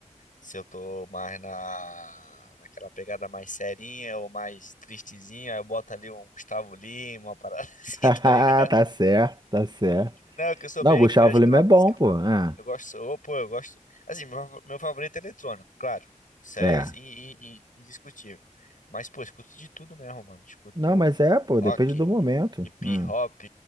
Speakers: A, on the left; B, on the right.
A: Se eu tô mais na, naquela pegada mais serinha ou mais tristezinha, aí eu boto ali um Gustavo Lima, uma parada <laughs> assim,
B: <laughs>
A: tá ligado?
B: Tá certo, tá certo.
A: Não, é que eu sou
B: Não,
A: bem
B: o Gustavo
A: eclético
B: Lima
A: na
B: é
A: música
B: bom, pô.
A: mesmo.
B: É.
A: Eu gosto, ô, pô, eu gosto. Assim, meu, fa- meu favorito é eletrônico, claro. Isso é
B: É.
A: in- in- in- indiscutível. Mas, pô, eu escuto de tudo mesmo, mano. Escuto
B: Não, mas é, pô,
A: rock,
B: depende do momento.
A: hip
B: Hum.
A: hop,